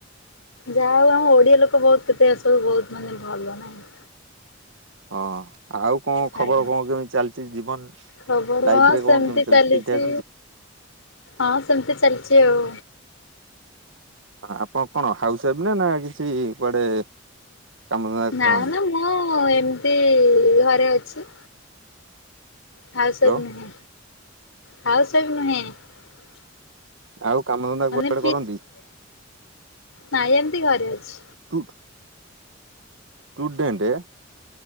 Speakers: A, on the left (about 85°); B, on the right (about 70°).
A: ଯାହା ହଉ ଆମ ଓଡିଆ ଲୋକ ବହୁତ କେତେ ଏ ସବୁ ବହୁତ ମାନେ ଭଲ, ନାହିଁ
B: ହଁ ଆଉ କଣ ଖବର
A: ଆଜ୍ଞା।
B: କଣ କେମିତି ଚାଲିଛି ଜୀବନ?
A: ଖବର
B: ଲାଇଫ
A: ହଁ
B: ରେ
A: ସେମିତି
B: କଣ କେମିତି
A: ଚାଲିଛି
B: ଠିକ ଠାକ
A: ହଁ ସେମିତି ଚାଲିଛି ଆଉ
B: ଆପଣ କଣ ହାଉସ ୱାଇଫ ନା ନା କିଛି କୁଆଡେ? କାମଧନ୍ଦା
A: ନା
B: କରନ୍ତି?
A: ନା ମୁଁ ଏମିତି ଘରେ ଅଛି। ହାଉସ
B: ହ୍ୟାଲୋ
A: ୱାଇଫ ନୁହେଁ, ହାଉସ ୱାଇଫ ନୁହେଁ।
B: ଆଉ କାମଧନ୍ଦା କୁଆଡେ
A: ମାନେ
B: କରନ୍ତି
A: ନାଇଁ ଏମତି ଘରେ ଅଛି।
B: ଦୁଖ ଷ୍ଟୁଡେଣ୍ଟ